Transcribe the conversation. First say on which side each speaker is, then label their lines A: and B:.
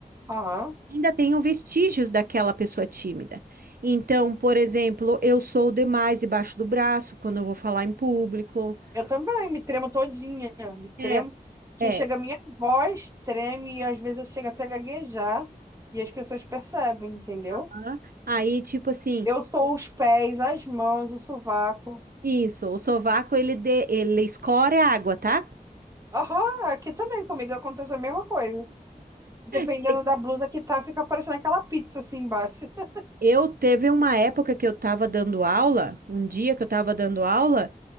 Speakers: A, on the right; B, on the right.
A: Aham.
B: ainda tenham vestígios daquela pessoa tímida. Então, por exemplo, eu sou demais debaixo do braço quando eu vou falar em público.
A: Eu também, me tremo todinha, me tremo,
B: É,
A: que
B: é.
A: chega a minha voz, treme, e às vezes eu chego até a gaguejar, e as pessoas percebem, entendeu?
B: hã? Aí, tipo assim,
A: Eu sou os pés, as mãos, o sovaco.
B: isso, o sovaco ele, de, ele escorre a água, tá?
A: Aham, aqui também comigo acontece a mesma coisa. Dependendo
B: Che-
A: da blusa que tá, fica parecendo aquela pizza assim embaixo. <laughs>
B: Eu teve uma época que eu tava dando aula, um dia que eu tava dando aula,